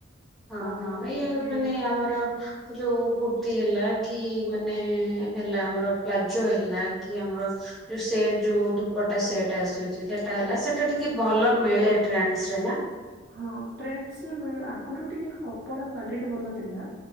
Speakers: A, in the centre; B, on the right.
A: ହଁ
B: ଆଉ
A: ହଁ ଏଇଆଉ
B: ଏଇଭଳି
A: ମାନେ ଆମର ଯୋଉ କୁର୍ତି ହେଲା କି ମାନେ ହେଲା ଆମର ର ପ୍ଲାଜୋ ହେଲା, କି ଆମର ଯୋଉ ସେଟ୍ ଯୋଉ ଦୁପଟ୍ଟା ସେଟ୍ ଆସୁଛି ସେ ଟା ହେଲା ସେଟା ଟିକେ ଭଲ ମିଳେ ଟ୍ରେଣ୍ଡସ୍ ରେ ନା।
B: ହଁ ଟ୍ରେଣ୍ଡସ୍ ରେ ମିଳ, ଆଗରୁ ଟିକେ କପଡା କ୍ଵାଲିଟି ଭଲ ଥିଲା।